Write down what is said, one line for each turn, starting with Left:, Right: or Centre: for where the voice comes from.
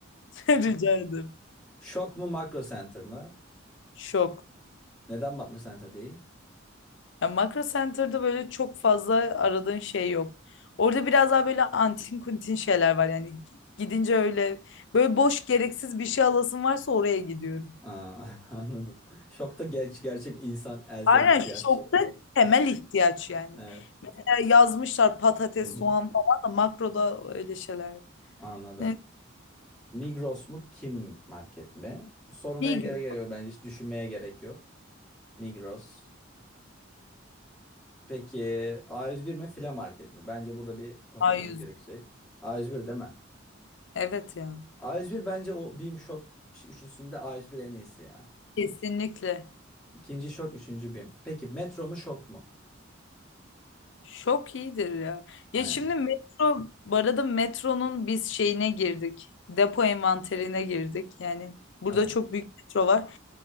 Left: <laughs> Rica ederim.
Centre: Şok mu Makro Center mı?
Left: Şok.
Centre: Neden Makro Center değil?
Left: Ya Makro Center'da böyle çok fazla aradığın şey yok. Orada biraz daha böyle antin kuntin şeyler var yani. Gidince öyle böyle boş gereksiz bir şey alasın varsa oraya gidiyorum.
Centre: Aa, <laughs> anladım. Şokta ger- gerçek insan elzem
Left: Aynen
Centre: ihtiyaç.
Left: şokta temel ihtiyaç yani.
Centre: Evet.
Left: Ya yazmışlar patates,
Centre: Hı hı.
Left: soğan falan da makroda öyle şeyler yok.
Centre: Anladım.
Left: Evet,
Centre: Migros mu? Kim market mi? Sormaya
Left: iyi
Centre: gerek
Left: gibi
Centre: yok bence. Hiç düşünmeye gerek yok. Migros. Peki A101 mi? File market mi? Bence burada bir konuşmamız
Left: a yüz?
Centre: gerekecek. A101 değil mi?
Left: Evet ya.
Centre: A101 bence o BİM Şok ş- üçlüsünde A101 en iyisi ya.
Left: Kesinlikle.
Centre: İkinci Şok, üçüncü BİM. Peki Metro mu Şok mu?
Left: Şok iyidir ya.
Centre: Aynen.
Left: Ya şimdi metro, bu arada metronun biz şeyine girdik. Depo envanterine girdik. Yani burada
Centre: Evet.
Left: çok büyük metro var.